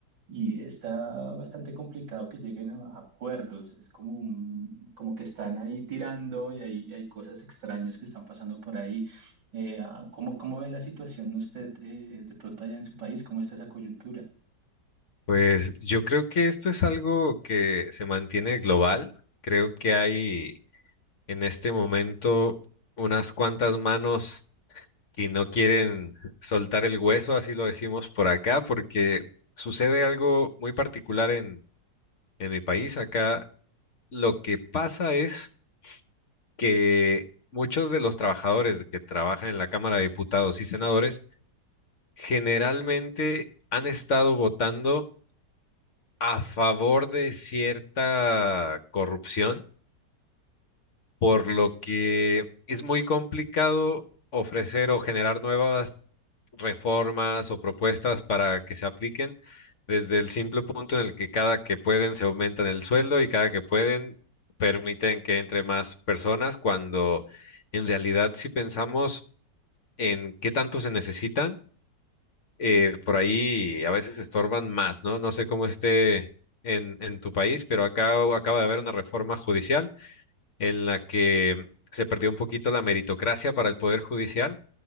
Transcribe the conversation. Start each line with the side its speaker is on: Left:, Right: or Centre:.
Right: y está bastante complicado que lleguen a, a acuerdos. Es como, un- como que están ahí tirando y hay, hay cosas extrañas que están pasando por ahí. Eh, ah, ¿cómo, cómo ve la situación usted eh, de pronto allá en su país? ¿Cómo está esa coyuntura?
Left: pues yo creo que esto es algo que se mantiene global. Creo que hay en este momento unas cuantas manos que no quieren soltar el hueso, así lo decimos por acá, porque sucede algo muy particular en, en mi país. Acá lo que pasa es que muchos de los trabajadores que trabajan en la Cámara de Diputados y Senadores generalmente han estado votando a favor de cierta corrupción, por lo que es muy complicado ofrecer o generar nuevas reformas o propuestas para que se apliquen desde el simple punto en el que cada que pueden se aumentan el sueldo y cada que pueden permiten que entre más personas, cuando en realidad si pensamos en qué tanto se necesitan, eh, por ahí a veces estorban más, ¿no? No sé cómo esté en, en tu país, pero acá hu- acaba de haber una reforma judicial en la que se perdió un poquito la meritocracia para el poder judicial,